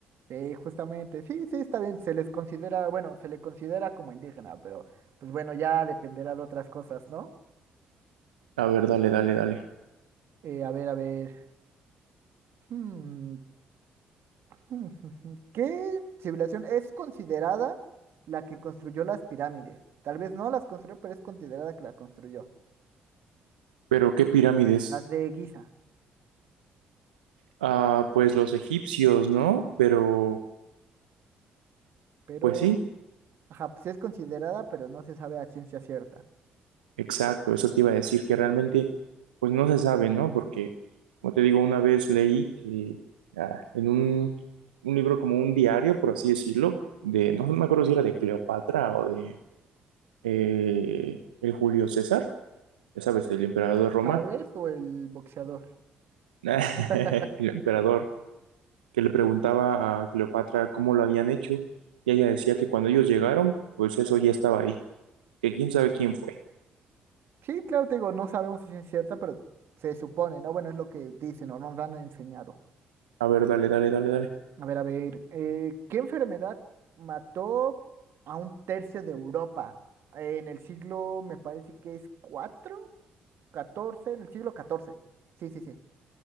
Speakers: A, on the right; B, on the right.
A: Sí, justamente, sí, sí, está bien, se les considera, bueno, se le considera como indígena, pero pues bueno, ya dependerá de otras cosas, ¿no?
B: A ver, dale, dale, dale.
A: Eh, a ver, a ver, hmm, <laughs> hmm, hmm, hmm, ¿qué civilización es considerada la que construyó las pirámides? Tal vez no las construyó, pero es considerada que la construyó.
B: Pero, ¿qué pirámides?
A: Las de Giza,
B: Ah, pues los egipcios, ¿no? Pero,
A: pero,
B: pues sí,
A: ajá, pues sí es considerada, pero no se sabe a ciencia cierta.
B: exacto, eso te iba a decir que realmente, pues no se sabe, ¿no? Porque, como te digo, una vez leí que ah, en un, un libro como un diario, por así decirlo, de, no me acuerdo si era de Cleopatra o de eh, el Julio César, ya sabes, el emperador de Roma,
A: ¿Chávez o el boxeador?
B: <laughs>
A: <laughs>
B: el emperador que le preguntaba a Cleopatra cómo lo habían hecho, y ella decía que cuando ellos llegaron, pues eso ya estaba ahí, que quién sabe quién fue.
A: Sí, claro, te digo, no sabemos si es cierta, pero se supone, ¿no? Bueno, es lo que dicen o nos han enseñado.
B: A ver, dale, dale, dale, dale.
A: A ver, a ver, eh, ¿qué enfermedad mató a un tercio de Europa en el siglo, me parece que es 4 catorce en el siglo catorce Sí, sí, sí.